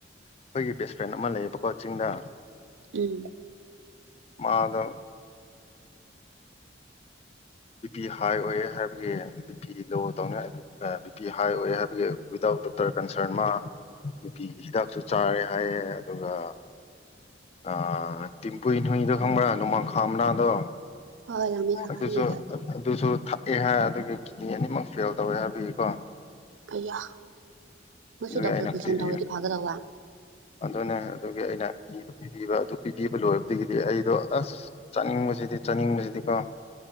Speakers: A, on the left (about 35°); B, on the right (about 85°).
A: ꯑꯩꯈꯣꯏꯒꯤ ꯕꯦꯁ ꯐ꯭ꯔꯦꯟ ꯑꯃ ꯂꯩꯌꯦꯕꯀꯣ ꯆꯤꯡꯗ
B: ꯎꯝ
A: ꯃꯥꯗꯣ ꯕꯤ ꯄꯤ ꯍꯥꯏ ꯑꯣꯏꯑꯦ ꯍꯥꯏꯕꯒꯤ ꯕꯤ ꯄꯤ ꯂꯣ ꯇꯧꯅꯤ ꯕꯤ ꯄꯤ ꯍꯥꯏ ꯑꯣꯏꯑꯦ ꯍꯥꯏꯕꯒꯤ ꯋꯤꯗꯥꯎꯠ ꯗꯣꯛꯇꯔ ꯀꯟꯁꯔꯟ ꯃꯥ ꯕꯤ ꯄꯤꯒꯤ ꯍꯤꯗꯥꯛꯁꯨ ꯆꯥꯔꯦ ꯍꯥꯏꯌꯦ ꯑꯗꯨꯒ ꯑ ꯇꯤꯝꯄꯨ ꯍꯣꯏꯗꯣ ꯈꯪꯕ꯭ꯔꯥ ꯅꯣꯡꯃꯥꯡꯈꯥ ꯃꯅꯥꯗꯣ
B: ꯍ ꯂꯃꯤ ꯊꯈꯥꯅꯤ
A: ꯑꯗꯨꯁꯨ
B: ꯍꯣꯏ
A: ꯑꯗꯨꯁꯨ ꯊꯛꯑꯦ ꯍꯥꯏ ꯑꯗꯨꯒꯤ ꯀꯤꯠꯅꯤ ꯑꯅꯤꯃꯛ ꯐꯦꯜ ꯇꯧꯋꯦ ꯍꯥꯏꯕꯒꯤꯀꯣ
B: ꯑꯩꯌꯥ ꯃꯣꯏꯁꯨ
A: ꯑꯗꯨꯒꯤ
B: ꯗꯣꯛꯇꯔ
A: ꯑꯩꯅ
B: ꯀꯣꯏꯁꯟ
A: ꯄꯤꯕꯤꯌꯨ
B: ꯇꯧꯔꯗꯤ ꯐꯒꯗꯧꯕ
A: ꯑꯗꯨꯅꯦ ꯑꯗꯨꯒꯤ ꯑꯩꯅ <unintelligible> ꯄꯤꯕꯤꯕ ꯑꯗꯨ ꯄꯤꯕꯤꯕ ꯂꯣꯏꯔꯕꯗꯒꯤꯗꯤ ꯑꯩꯗꯣ ꯑꯁ ꯆꯥꯅꯤꯡꯕꯁꯤꯗꯤ ꯆꯥꯅꯤꯡꯕꯁꯤꯗꯤꯀꯣ